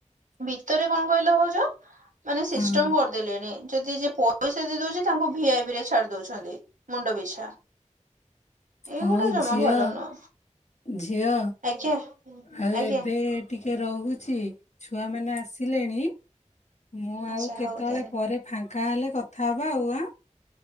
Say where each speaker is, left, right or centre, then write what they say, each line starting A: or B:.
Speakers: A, on the right; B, on the left.
A: ଭିତରେ କଣ କହିଲ ଭାଉଜ? ମାନେ ସିଷ୍ଟମ
B: ହଁ
A: କରିଦେଲେଣି। ଯଦି ଯିଏ ପଇସା ଦେଇ ଦଉଛି ତାଙ୍କୁ ଭିଆଇବି ରେ ଛାଡି ଦଉଛନ୍ତି ମୁଣ୍ଡ ପିଛା। ଏଇଗୁଡା
B: ଆଉ
A: ଜମା
B: ଝିଅ
A: ଭଲ ନୁହଁ
B: ଝିଅ
A: ଆଜ୍ଞା
B: ଆଉ
A: ଆଜ୍ଞା।
B: ଏବେ ଟିକେ ରହୁଛି ଛୁଆ ମାନେ ଆସ ଲେଣି ମୁଁ
A: ଆଚ୍ଛା
B: ଆଉ କେତେବେଳେ
A: ହଉ ତାହେଲେ
B: ପରେ ଫାଙ୍କା ହେଲେ କଥା ହବା ଆଉ ଆଁ।